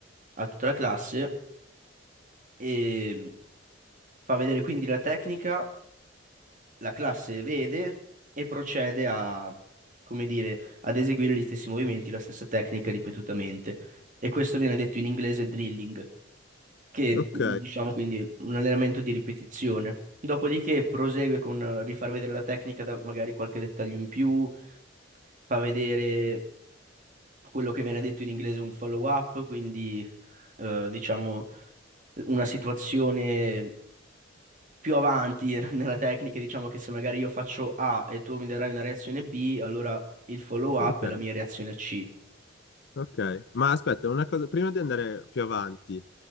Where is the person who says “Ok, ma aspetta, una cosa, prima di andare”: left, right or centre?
Left